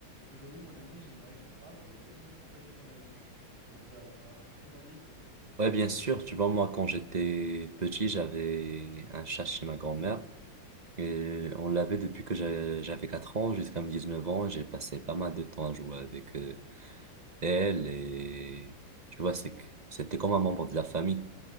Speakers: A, on the right; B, on the right.
A: Aujourd'hui, mon ami, j'aimerais qu'on parle des animaux de compagnie qu'on a eus ou qu'on veut avoir. Qu'est-ce que t'en dis?
B: Ouais, bien sûr. Tu vois, moi, quand j'étais petit, j'avais un chat chez ma grand-mère. Et on l'avait depuis que j'a- j'avais 4 ans jusqu'à mes 19 ans. J'ai passé pas mal de temps à jouer avec euh, elle. Et tu vois, c'est que c'était comme un membre de la famille.